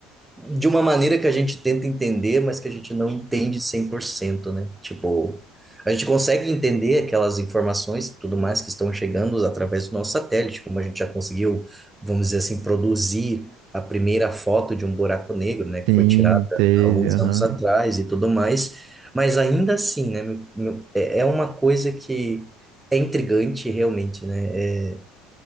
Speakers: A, in the centre; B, on the right.
A: de uma maneira que a gente tenta entender, mas que a gente não entende 100%, né? Tipo, a gente consegue entender aquelas informações e tudo mais que estão chegando através do nosso satélite, como a gente já conseguiu, vamos dizer assim, produzir a primeira foto de um buraco negro, né, que
B: Sim,
A: foi tirada
B: teve,
A: há alguns
B: aham.
A: anos atrás e tudo mais, mas ainda assim, né, meu- meu- é é uma coisa que é intrigante realmente, né? É,